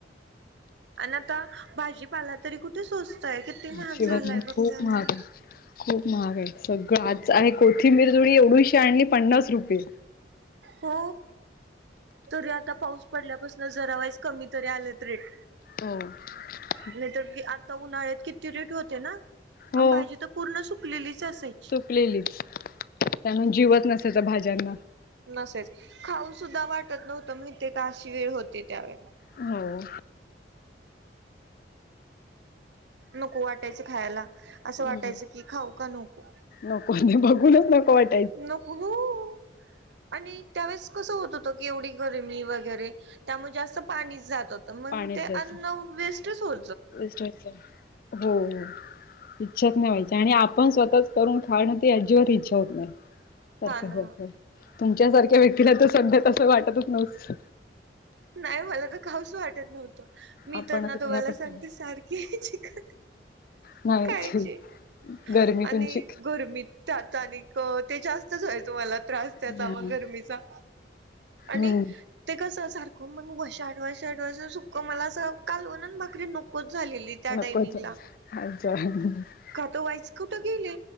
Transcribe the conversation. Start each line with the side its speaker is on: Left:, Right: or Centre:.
Right: आणि आता भाजीपाला तरी कुठे सोच य किती महाग
Left: शिवाय
Right: झालाय
Left: नाही
Right: बघ
Left: खूप
Right: त्यांना
Left: महाग आहे. खूप महाग आहे सगळं आज आहे कोथिंबिर जुडी एवढीशीे आणली पन्नास रुपये
Right: हो तरी आता पाऊस पडल्यापासून जराईज कमी तरी आलेत रेट
Left: हो
Right: नाही तरी आता उन्हाळ्यात किती रेट होते ना
Left: हो
Right: आणि भाजी तर पूर्ण सुकलेलीच असेय
Left: सुकलेलीच त्यामुळे जिवत नसायच भाज्यांना
Right: नसेच खाऊ सुद्धा वाटत नव्हतं माहितेकां अशी वेळ होती त्यावेळी-
Left: हों
Right: नको वाटायचं खायला,
Left: हम्म.
Right: असं वाटायचं की खाऊ का नको.
Left: नको नाही बघूनच नको वाट-
Right: नको हों आणि त्यावेळेस- कसं होत होतकी एवढी गरमी वगैरे त्यामुळे जास्त पाणीच जात होत म्हणूण
Left: पाण्यात
Right: ते
Left: जायचं.
Right: अन्न- वेस्टच हो-
Left: वेस्ट होईल पण हों हों- इच्छाच नायी व्हायची आणि आपण स्वतःच करून खाणं तर आजीबात इच्छा होत नाय. सारखं
Right: हा ना
Left: सारखं तुमच्या सारख्या व्यक्तीला तर सध्या तसं वाटतचं नस-
Right: नाही मला तर खाऊस वाटत नव्हतं मी
Left: आपणच
Right: तर नां तुम्हाला
Left: करा आपण
Right: सांग-
Left: करा.
Right: ती सारखी <unintelligible> चिकन
Left: नाही
Right: खायची
Left: गरमी
Right: आणि-
Left: तुमची
Right: गरमी त्यात आणि ऐक जास्तचं व्हायच मला. त्रास त्याचा
Left: हम्म.
Right: मग गर्मीचा आणि
Left: हम्म
Right: ते कसं सार- हो मगं वर्ष आठ, वर्ष आठ, वर्ष सुकं मला असं कालवण अन् भाकरी नकोच झालेली.
Left: <inaudible>
Right: त्या टायमिंगला खातो व्हायीच कुठं गेले